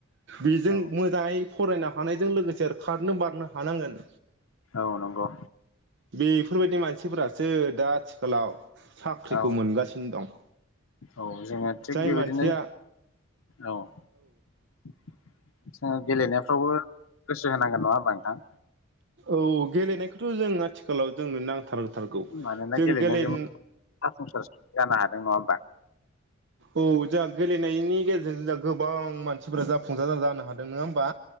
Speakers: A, on the right; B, on the left.
A: बेजों
B: औ
A: मोजाङै फरायनो हानायजों लोगोसे खारनो बारनो हानांगोन।
B: औ नंगौ
A: बेफोरबायदि मानसिफोरासो दा आथिखालाव साख्रिखौ
B: औ
A: मोनगासिनो दं।
B: औ जोङो थिग
A: जाय
B: बेबायदिनो
A: मानसिया
B: औ <unintelligible> गेलेनायफ्रावबो गोसो होनांगोन नंङा होमबा नोंथां
A: औ गेलेनायखौथ' जों आथिखालाव जोंनो नां थारथारगौ
B: मानोना
A: जों
B: गेलेनायजोंबो
A: गेलेन
B: जाफुंसार जानो हादों नङा होमबा
A: औ जोहा गेलेनायनि गेजेरजों जों गोबां मानसिफोरा जाफुंसार जानो हादों नंङा होमबा